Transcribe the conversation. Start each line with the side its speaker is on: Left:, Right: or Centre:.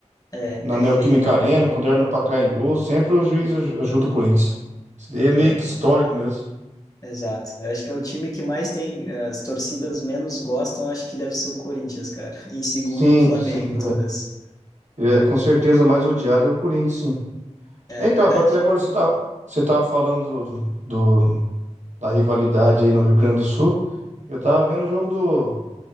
Left: é, é,
Right: na
Left: é
Right: Neoquímica
Left: feio, né?
Right: Arena,
Left: velho?
Right: quando era no Pacaembu, sempre o juiz aj- ajuda o Corinthians. Isso daí é meio
Left: É,
Right: que histórico mesmo.
Left: exato. Eu acho que é o time que mais tem, eh, as torcidas menos gostam, acho que deve ser o Corinthians, cara. E em segundo,
Right: Sim,
Left: o Flamengo,
Right: sim.
Left: talvez.
Right: É, é, com certeza a mais odiado é o Corinthians, sim.
Left: É,
Right: Então,
Left: verdade.
Right: agora até agora você tá, você tava falando do, do, da rivalidade aí no Rio Grande do Sul. Eu tava vendo o jogo do,